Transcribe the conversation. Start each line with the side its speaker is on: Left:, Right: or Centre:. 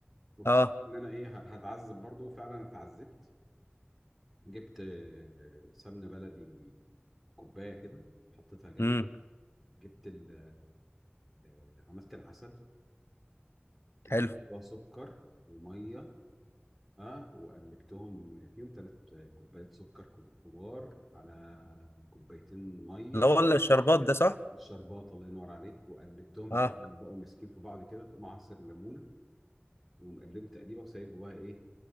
Centre: واكتشفت
Left: اه
Centre: إن أنا إيه ه- هتعذب برضه فعلا اتعذبت جبت آه، سمنة بلدي كوباية كده حطيتها جنبي
Left: امم
Centre: جبت ال ال- عملت العسل انت
Left: حلو
Centre: فاهم وسكر وميه اه وقلبتهم فيهم ثلاث كوبايات سكر كب- كبار على كوبايتين ميه
Left: اللي هو الشربات ده صح
Centre: والشربات الله ينور عليك وقلبتهم
Left: اه
Centre: لحد ما بقوا ماسكين في بعض كده تقوم عصر ليمونه ومقلبه تقليبه وسايبه بقى ايه